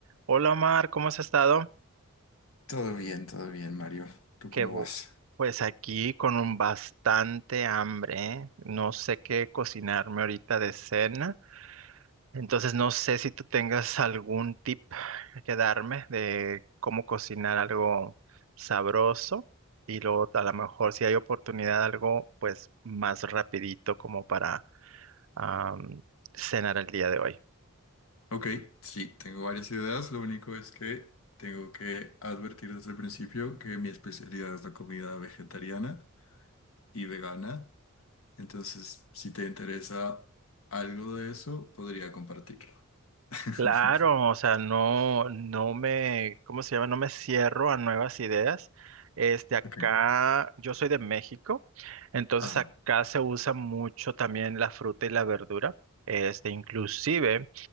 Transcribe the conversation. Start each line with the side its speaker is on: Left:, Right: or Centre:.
Right: Hola Omar, ¿cómo has estado?
Left: Todo bien, todo bien, Mario. ¿Tú
Right: Que
Left: cómo
Right: bu-
Left: vas?
Right: pues aquí con un bastante hambre, ¿eh? No sé qué cocinarme ahorita de cena, entonces no sé si tú tengas algún tip que darme de cómo cocinar algo sabroso y luego a lo mejor si hay oportunidad algo pues más rapidito como para am, cenar el día de hoy.
Left: Ok, sí, tengo varias ideas. Lo único es que tengo que advertir desde el principio que mi especialidad es la comida vegetariana y vegana. Entonces, si te interesa algo de eso, podría compartirlo. <laughs>
Right: Claro, o sea, no, no me, ¿cómo se llama? No me cierro a nuevas ideas. Este, acá,
Left: Ok.
Right: yo soy de México, entonces
Left: Ajá.
Right: acá se usa mucho también la fruta y la verdura. Este, inclusive,